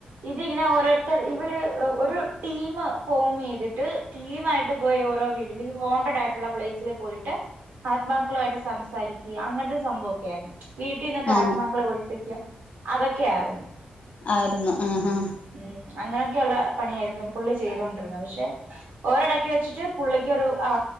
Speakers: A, on the right; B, on the left.
A: ഇതിങ്ങനെ ഓരോര്ത്തര് ഇവര് ഒരു ടീമ് ഫോമ് ചെയ്തിട്ട് ടീമായിട്ട് പോയ് ഓരോ വീട്ടില് ഈ ഹോണ്ടഡ് ആയിട്ടുള്ള പ്ലെയിസില് പോയിട്ട് ആത്മാക്കളുമായിട്ട് സംസാരിക്ക് അങ്ങൻത്തെ സംഭവൊക്കെ ആയിരുന്നു വീട്ടിന്നൊക്ക
B: ആഹ്
A: ആത്മാക്കളെ ഒഴിപ്പിക്ക അതൊക്കെ ആയിരുന്നു
B: ആയിരുന്നു ആ ആ
A: ഉം അങ്ങനെയേക്കെ ഇള്ള പണിയായിരുന്നു പുള്ളി ചെയ്തൊണ്ടിരുന്നത് പക്ഷെ ഓരടക്ക് വെച്ചിട്ട് പുള്ളിക്കൊരു ആ